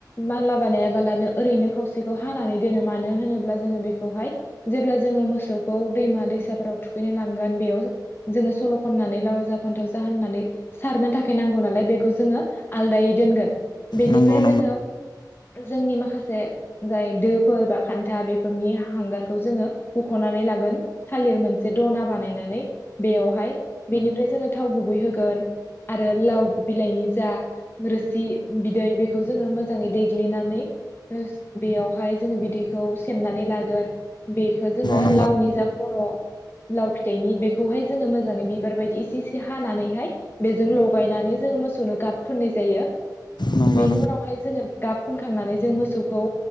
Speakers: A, on the left; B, on the left.
A: माला बानायालाबानो ओरैनो खावसेखौ हानानै दोनो मानो होनोब्ला जोङो बेखौहाय जेब्ला जोङो मोसौखौ दैमा दैसाफोराव थुखैनो लांगोन बेयाव जोङो सल' खननानै लाउ जाब फान्थाव जा होननानै सारनो थाखाय नांगौ नालाय बेखौ जोङो आलदायै दोनगोन बेनिफ्राय
B: नंगौ नंगौ
A: जोङो जोंनि माखासे जाय दोफोर बा खान्था बेफोरनि हांगार खौ जोङो बुख'नानै लागोन थालिर मोन से दना बानायनानै बेयावहाय बेनिफ्राय जोङो थाव गुबै होगोन आरो लाव बिलाइनि जा रोसि बिदै बेखौ जोङो मोजाङै देग्लिनानै ओस बेयावहाय जोङो बिदैखौ सेबनानै लागोन बेखो जोङो
B: नंगौ
A: लाउनि जा खर' लाव फिथाइनि बेखौहाय जोङो मोजाङै बिबार बायदि एसे एसे हानानैहाय बेजों लगायना नानै जोङो मोसौनो गाब फोननाय जायो
B: नंगौ
A: बेनि उनावहाय जोङो गाब फुनखांनानै जों मोसौखौ